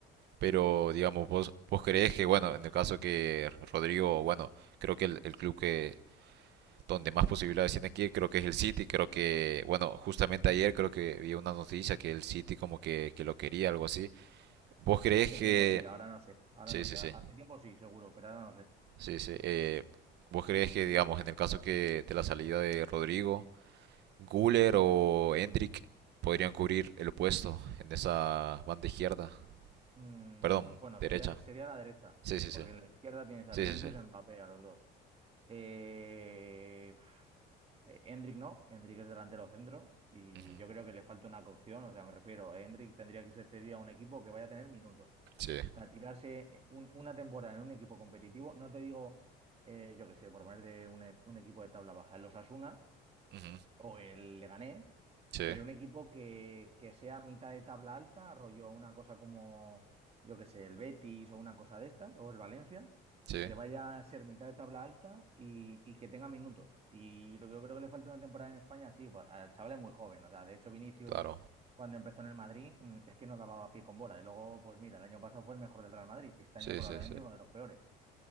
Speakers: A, on the right; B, on the right.
A: Pero, digamos, vos, vos crees que, bueno, en el caso que Rodrigo, bueno, creo que el, el club que donde más posibilidades tiene aquí, creo que es el City, creo que, bueno, justamente ayer creo que vi una noticia que el City como que, que lo quería, algo así. ¿Vos crees
B: Hace
A: que...
B: tiempo sí, ahora no sé, ahora
A: Sí,
B: no
A: sí,
B: sé.
A: sí,
B: Hace tiempo sí, seguro, pero ahora no sé.
A: sí, sí. eh, ¿vos crees que, digamos, en el caso que de la salida de Rodrigo, Guller o Hendrik podrían cubrir el puesto en esa banda izquierda?
B: Mm,
A: Perdón,
B: bueno,
A: derecha.
B: sería, sería la derecha,
A: Sí, sí,
B: porque
A: sí.
B: en la izquierda tienes a
A: Sí,
B: Vinicius
A: sí, sí.
B: y a Mbappé, a los dos. Eh, Eh, Hendrik no, Endrick es delantero centro y
A: Ujú.
B: yo creo que le falta una cocción, o sea, me refiero, Endrick tendría que ser cedido a un equipo que vaya a tener minutos.
A: Sí.
B: O sea, tirarse eh, un- una temporada en un equipo competitivo, no te digo, eh, yo qué sé, por ponerte un, e- un equipo de tabla baja, el Osasuna,
A: Ujú,
B: o el Leganés,
A: Sí,
B: pero un equipo que, que sea mitad de tabla alta, rollo una cosa como, yo qué sé, el Betis o una cosa de estas, o el Valencia,
A: sí,
B: que vaya a ser mitad de tabla alta y, y que tenga minutos. Y lo que yo creo que le falta una temporada en España, sí, pues, al chaval es muy joven, o sea, de hecho Vinicius
A: claro.
B: cuando empezó en el Madrid mm, es que no daba pie con bola y luego, pues mira, el año pasado fue el mejor del Real Madrid, este año
A: Sí,
B: probablemente
A: sí, sí.
B: uno de los peores.